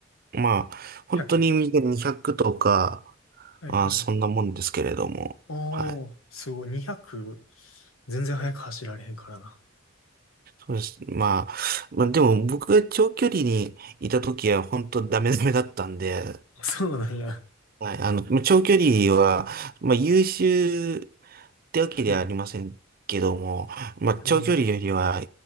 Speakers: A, on the right; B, on the left.
A: まあ、本当に短い200とか、
B: ?100。はいはい。
A: まあ、そんなもんですけれども。
B: ああ、
A: はい。
B: すごい。200、全然速く走られへんからな。
A: そうです。まあ、まあ、でも僕が長距離にいた時は本当ダメダメだったんで、
B: そうなんや。
A: はい。あの、まあ長距離は、まあ、優秀ってわけではありませんけども、
B: うん。
A: まあ、
B: うん。
A: 長距離よりは、